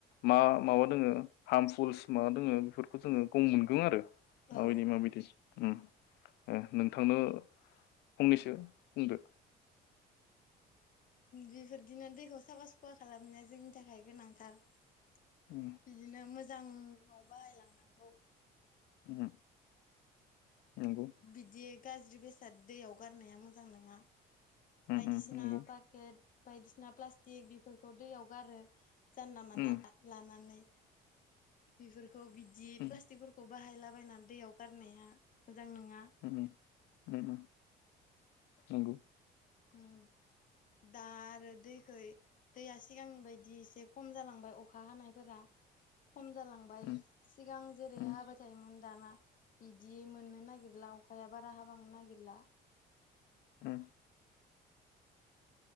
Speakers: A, on the left; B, on the left.
A: मा माबा दोङो हार्मफुल्स माबा दोङो बेफोरखौ जोङो गम मोनगोन आरो माबायदि
B: औ
A: माबायदि उम नोंथांनो फंनैसो बुंदो
B: बेफोरदिनो दैखौ साफा सुफा खालामनाया जोंनि थाखाय गोनांथार बिदिनो
A: उम
B: मो मोजाङाव बाहायलांनांगौ।
A: उम नंगौ
B: बिदि गाज्रि बेसाद दैयाव गारनाया मोजां नङा।
A: उम
B: बायदिसिना
A: उम नंगौ
B: पाकेट बायदिसिना प्लास्टिक बेफोरखौ दैयाव गारो जानला मानला
A: उम
B: लानानै बेफोर खौ बिदि
A: उम
B: प्लाटिफोरखौ बाहायलाबायनानै दैयाव गारनाया मोजां नङा
A: उम - उम नोंगौ
B: उम दा आरो दैखै दैया सिगांनि बायदि एसे खम जालांबाय अखा हानायफोरा। खम जालांबाय
A: उम
B: सिगां जेरै
A: उम
B: हाबाय थायोमोन दाना बिदि मोननो नागिरला अखाया बारा हाब बांनो नागिरला
A: उम